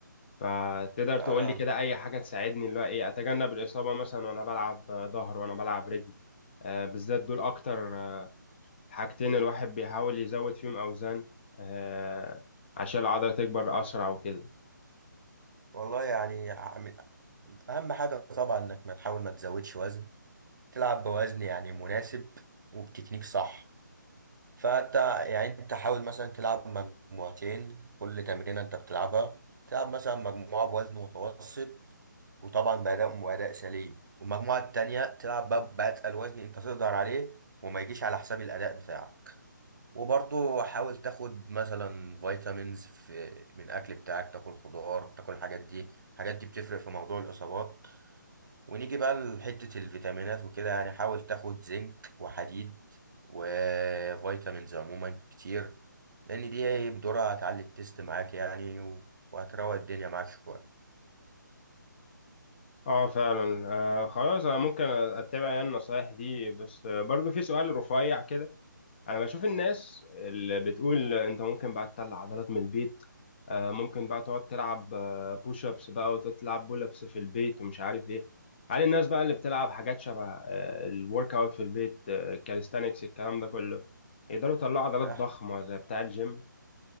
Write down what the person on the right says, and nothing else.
لا
لا
والله يعني عم- اهم حاجة طبعا انك ما تحاول ما تزودش وزن تلعب بوزن يعني مناسب وبتكنيك صح فانت يعني انت حاول مثلا تلعب مجموعتين كل تمرينة انت بتلعبها تلعب مثلا مجموعة بوزن متوسط وطبعا بأداء وأداء سليم والمجموعة التانية تلعب بأ- بأتقل وزن انت تقدر عليه وما يجيش على حساب الأداء بتاعك وبرضه حاول تاخد مثلا فيتامينز في من الاكل بتاعك تاكل خضار تاكل الحاجات دي الحاجات دي بتفرق في موضوع الاصابات ونيجي بقى لحتة الفيتامينات وكده يعني حاول تاخد زنك وحديد وفيتامينز عموما كتير لان دي بدورها هتعلي التست معاك يعني و- وهتروق الدنيا معاك شوية
أنا
ح-